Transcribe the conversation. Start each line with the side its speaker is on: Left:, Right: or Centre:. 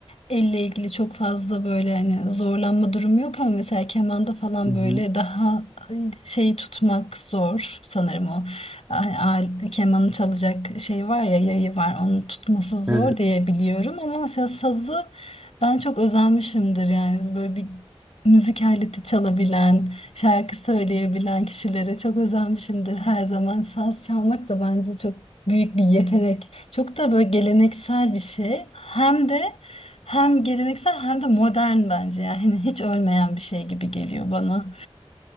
Left: Elle ilgili çok fazla böyle hani zorlanma durumu yok ama mesela kemanda falan
Right: Hı hı.
Left: böyle daha e, şeyi tutmak zor sanırım a- a- kemanı çalacak şey var ya yayı var onu tutması zor
Right: Evet.
Left: diye biliyorum ama mesela sazı ben çok özenmişimdir yani böyle bir müzik aleti çalabilen şarkı söyleyebilen kişilere çok özenmişimdir her zaman saz çalmak da bence çok büyük bir yetenek çok da böyle geleneksel bir şey hem de hem geleneksel hem de modern bence yani hiç ölmeyen bir şey gibi geliyor bana.